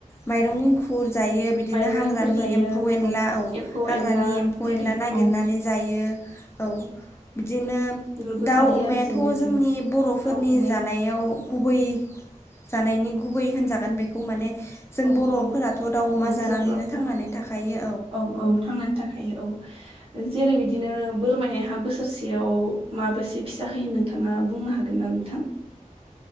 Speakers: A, on the left; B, on the right.
A: माइरं एंखुर जायो बिदिनो
B: माइरं
A: हाग्रानि
B: एंखुर जायो
A: एम्फौ एनला औ
B: एम्फौ
A: हाग्रानि
B: एनला
A: एम्फौ
B: जेरै
A: एनला नागिरनानै
B: औ
A: जायो। औ बिदिनो
B: बेफोरखौ
A: दाउ
B: जायो
A: अमायाथ'
B: आरो जों बिदिनो
A: जोंनि बर'फोरनि
B: दाउ अमाया
A: जानायाव गुबै जानायनि गुबै होनजागोन बेखौ माने जों
B: औ
A: बर'फोराथ'
B: औ
A: दाउ अमा
B: औ
A: जानानैनो
B: जों बर'फ्रा
A: थांनानै थाखायो
B: औ औ थांनानै थाखायो औ। <inaudible> ओ जेरै बिदिनो बोरमाया बोसोरसेयाव माबोसे फिसा होयो नोंथाङा बुंनो हागोन ना नोंथां